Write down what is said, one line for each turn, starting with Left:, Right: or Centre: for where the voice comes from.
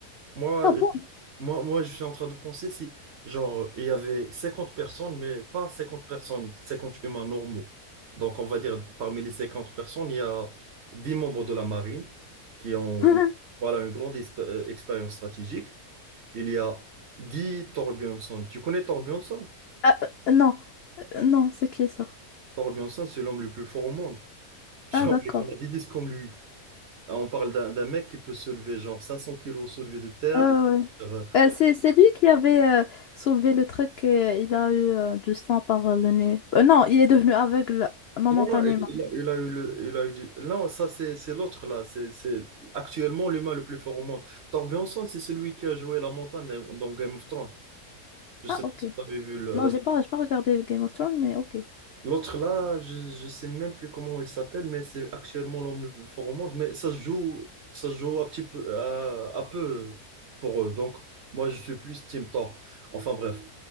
Right: Moi,
Left: Ah
Right: euh,
Left: bon?
Right: moi, moi, je suis en train de penser si, genre, il y avait 50 personnes, mais pas 50 personnes, 50 humains normaux. Donc, on va dire, parmi les 50 personnes, il y a 10 membres de la marine qui ont,
Left: <laughs>
Right: voilà, une grande esp- euh, expérience stratégique. Il y a dix Thorbjörnson. Tu connais Thorbjörnson?
Left: Ah, euh, non, euh, non, c'est qui ça?
Right: Thorbjörnson, c'est l'homme le plus fort au monde. <laughs> Genre,
Left: Ah, d'accord.
Right: on a 10 disques comme lui. On parle d'un d'un mec qui peut se lever, genre, 500 kilos soulevés de terre,
Left: Ah ouais.
Right: qui peut faire, euh,
Left: Euh, c'est, c'est lui qui avait euh, soulevé le truc et il a eu euh, du sang par euh, le nez. Euh, non, il est devenu aveugle momentanément.
Right: Non, non, il il a, il a eu le, il a eu du... Non, ça, c'est, c'est l'autre, là. C'est, c'est actuellement l'humain le plus fort au monde. Thor Bjornsson, c'est celui qui a joué la montagne dans dans Game of Thrones. Je sais
Left: Ah, ok.
Right: pas si vous avez vu le-
Left: Non,
Right: la-
Left: j'ai pas, j'ai pas regardé Game of Thrones, mais ok.
Right: l'autre, là, je, je sais même plus comment il s'appelle, mais c'est actuellement l'homme le plus fort au monde. Mais ça se joue, ça se joue un petit peu, à, à peu pour eux. Donc, moi, je suis plus Team Thor. Enfin, bref.